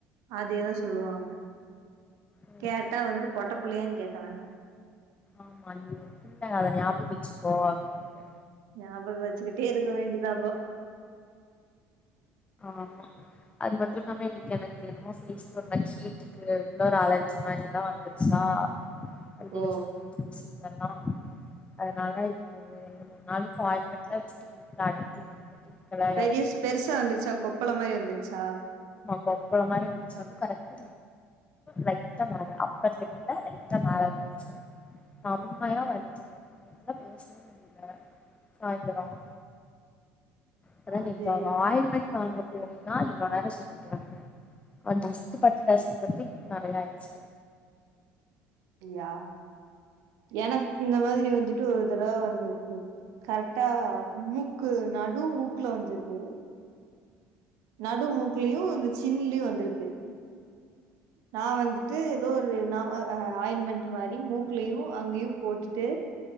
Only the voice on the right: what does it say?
அதேதா சொல்லுவாங்க.
கேட்டா வந்து பொட்ட புள்ளையான்னு கேக்குறாங்க.
ஞாபகோ வச்சுக்கிட்டே இருக்க வேண்டியதாப்போ.
ஓ
பெரிய பெருசா வந்துருச்சா கொப்பளம் மாரி வந்துருச்சா
அது
அப்படியா எனக்கு இந்த மாதிரி வந்துட்டு ஒரு தடவை வந்திருக்கு கரெக்டா மூக்கு நடு மூக்குலே வந்திருக்கு நடுமூக்குலயையும் இந்த சின்லையும் வந்திருக்கு நான் வந்துட்டு ஏதோ ஒரு நா ஆயில்மெண்ட் மாரி மூக்குலயையும் அங்கயும் போட்டுட்டு